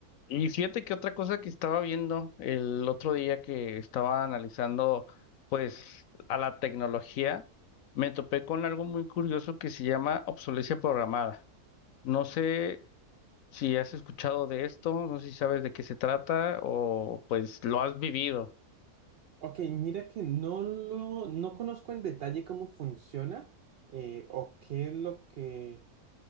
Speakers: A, on the left (about 70°); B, on the right (about 75°).
A: Y fíjate que otra cosa que estaba viendo el otro día que estaba analizando pues a la tecnología, me topé con algo muy curioso que se llama obsolescencia programada. No sé si has escuchado de esto, no sé si sabes de qué se trata o pues lo has vivido.
B: Ok, mira que no lo, no conozco en detalle cómo funciona eh, o qué es lo que,